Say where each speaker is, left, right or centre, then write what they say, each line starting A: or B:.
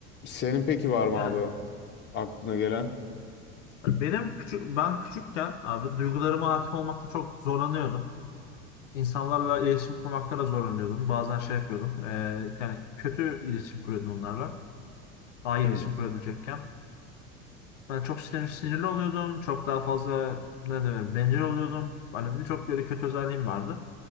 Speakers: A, on the left; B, on the left.
A: Senin peki var
B: Yani
A: mı abi aklına gelen?
B: benim küçük ben küçükken abi duygularıma hakim olmakta çok zorlanıyordum. İnsanlarla iletişim kurmakta da zorlanıyordum. Bazen şey yapıyordum. eee, yani kötü iletişim kuruyordum onlarla. Daha iyi
A: Hmm.
B: iletişim kurabilecekken. Ben çok sinirli, sinirli oluyordum. Çok daha fazla ne demek bencil oluyordum. Hani birçok böyle kötü özelliğim vardı.